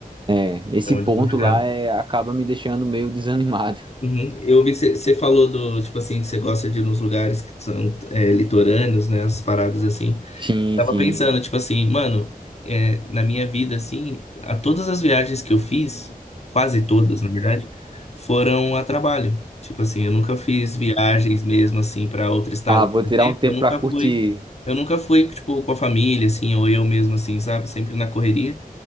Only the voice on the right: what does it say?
é, esse
ponto
lá é, acaba me deixando meio desanimado. <laughs>
Sim,
sim.
Ah, vou
tirar
um tempo
pra curtir.